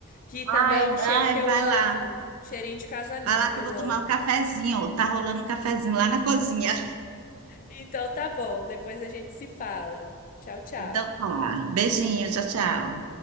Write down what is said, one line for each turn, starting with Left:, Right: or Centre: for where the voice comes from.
Left: que também
Right: ai,
Left: é um cheiro
Right: ai,
Left: que eu
Right: vai
Left: amo,
Right: lá,
Left: cheirinho de casa limpa,
Right: vai lá que
Left: eu
Right: eu vou
Left: amo.
Right: tomar um cafezinho, tá rolando um cafezinho lá na cozinha,
Left: Então tá bom, depois a gente se fala. Tchau, tchau.
Right: então tá, beijinho, tchau, tchau.